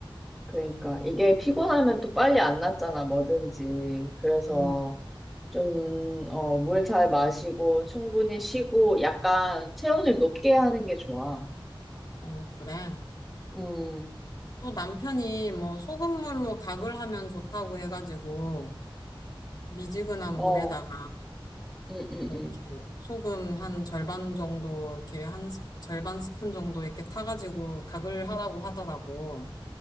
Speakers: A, in the centre; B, on the left.
A: 그러니까 이게 피곤하면 또 빨리 안 낫잖아, 뭐든지. 그래서
B: 음.
A: 좀, 어, 물 잘 마시고 충분히 쉬고 약간 체온을 높게 하는 게 좋아.
B: 어, 그래.
A: 음,
B: 또 남편이 뭐 소금물로 각을 하면 좋다고 해가지고, 미지근한
A: 어,
B: 물에다가,
A: 음, 음,
B: 뭐
A: 음.
B: 이렇게 소금 한 절반 정도, 이렇게 한 스, 절반 스푼 정도 이렇게 타가지고 각을 하라고 하더라고.